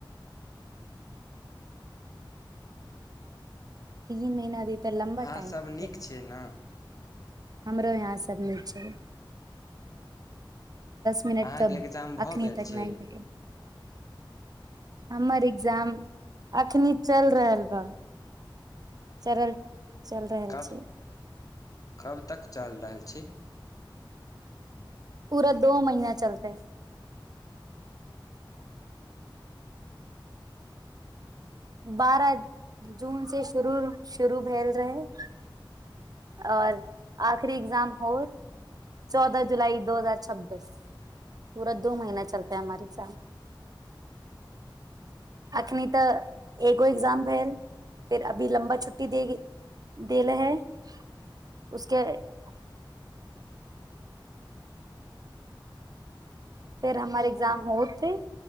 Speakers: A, on the right; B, on the left.
A: तीन महिना अभी तऽ लम्बा
B: अहाँसभ
A: टाइम होत
B: नीक छियै ने
A: हमरो यहाँ सब निक छै
B: अहाँके
A: मिनट तब
B: एग्जाम भऽ
A: अखनी
B: गेल
A: तक
B: छै
A: नय भेटै हमर इग्जाम अखनी चलि रहल <inaudible> चरल चलि रहल
B: कब
A: छै
B: कब तक चलि रहल छी
A: पूरा दो महीना चलतै बारह जून से शुरू शुरू भेल रहै आओर आखरी एग्जाम होत चौदह जुलाई दू हजार छब्बीस पूरा दू महीना चलतै हमारे एगजाम अखनी तऽ एगो एग्जाम भेल फेर अभी लम्बा छुट्टी दे देले हय <unintelligible> फेर हमर एग्जाम होते